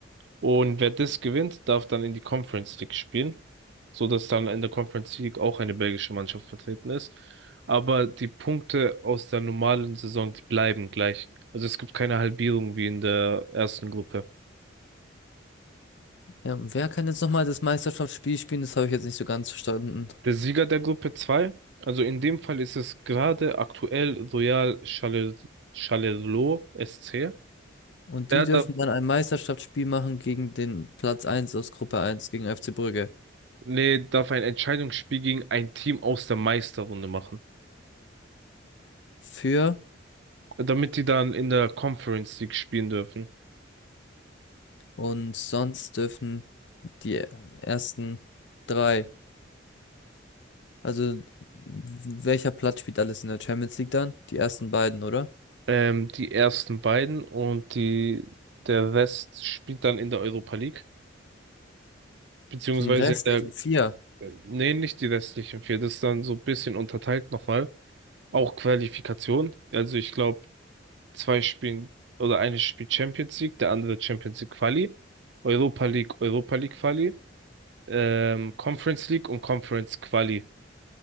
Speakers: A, on the right (about 65°); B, on the left (about 65°).
A: Und wer das gewinnt, darf dann in die Conference League spielen, so dass dann in der Conference League auch eine belgische Mannschaft vertreten ist. Aber die Punkte aus der normalen Saison, die bleiben gleich. Also es gibt keine Halbierung wie in der ersten Gruppe.
B: Ja, und wer kann jetzt nochmal das Meisterschaftsspiel spielen? Das habe ich jetzt nicht so ganz verstanden.
A: Der Sieger der Gruppe 2, also in dem Fall ist es gerade aktuell Royal Charler- Charleroi SC.
B: Und
A: Der
B: die dürfen
A: darf,
B: dann ein Meisterschaftsspiel machen gegen den Platz eins aus Gruppe eins gegen FC Brügge.
A: nee, darf ein Entscheidungsspiel gegen ein Team aus der Meisterrunde machen,
B: Für
A: damit die dann in der Conference League spielen dürfen.
B: und sonst dürfen die ersten drei. Also w- welcher Platz spielt alles in der Champions League dann? Die ersten beiden, oder?
A: Ähm, die ersten beiden und die, der Rest spielt dann in der Europa League, beziehungsweise
B: Die restlichen
A: in der,
B: vier.
A: äh, nee, nicht die restlichen vier, das ist dann so ein bisschen unterteilt nochmal. Auch Qualifikation, also ich glaube, Zwei spielen oder eine spielt Champions League, der andere Champions League Quali, Europa League, Europa League Quali, ähm, Conference League und Conference Quali.